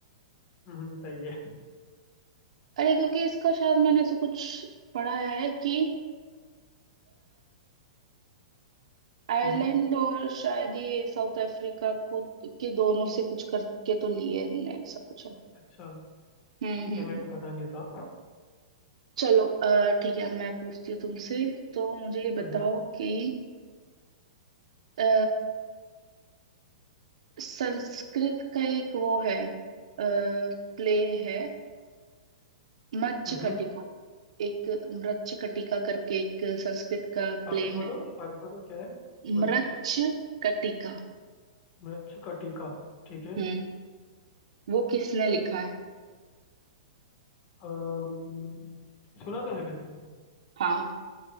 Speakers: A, on the left; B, on the right.
A: हम्म, सही है
B: अरे क्योंकि इसका शायद मैंने ऐसा कुछ पढ़ा है कि आयरलैंड
A: हम्म,
B: और शायद ये साउथ अफ्रीका को के दोनों से कुछ करके तो लिए इनने ऐसा कुछ है
A: अच्छा
B: हम्म
A: ठीक
B: हम्म
A: है मेरे
B: हम्म।
A: को पता नहीं था
B: चलो अ, ठीक है मैं पूछती हूँ तुमसे तो मुझे ये
A: हम्म,
B: बताओ कि अ, संस्कृत का एक वो है प्ले है मृच्छकटिका
A: हम्म।
B: एक मृच्छकटिका करके एक संस्कृत का
A: वापिस
B: प्ले
A: बोलो
B: है
A: वापिस बोलो क्या है मच्छ
B: मृच्छकटिका
A: मच्छ कटिका ठीक है
B: हम्म वो किसने लिखा है
A: अम्म, सुना तो है मैंने
B: हाँ